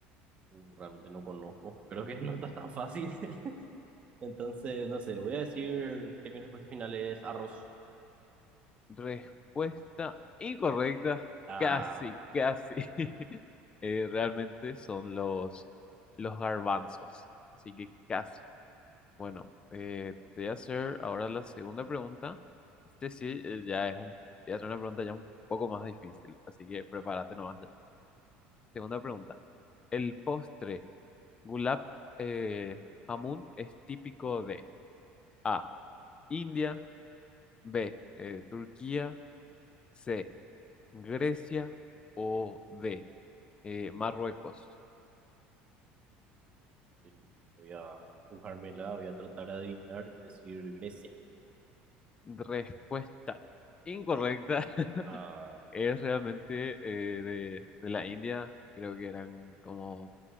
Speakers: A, on the right (about 30°); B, on the left (about 25°).
A: Uh, realmente no conozco. Creo que no está tan fácil. <laughs> Entonces, no sé, voy a decir que mi respuesta final es arroz.
B: Respuesta incorrecta,
A: Ah,
B: casi, casi. eh, realmente son los, los garbanzos. Así que casi. Bueno, eh, te voy a hacer ahora la segunda pregunta. Este sí, eh, ya es un, te voy a hacer una pregunta ya un poco más difícil, así que prepárate nomás ya. Segunda pregunta. El postre gulab eh, jamun es típico de A, India, B, eh, Turquía, C, Grecia o D, eh, Marruecos.
A: en- voy a jugármela, voy a tratar de adivinar y voy a decir Grecia.
B: Respuesta incorrecta.
A: Ah,
B: es realmente eh, de, de la India, creo que eran como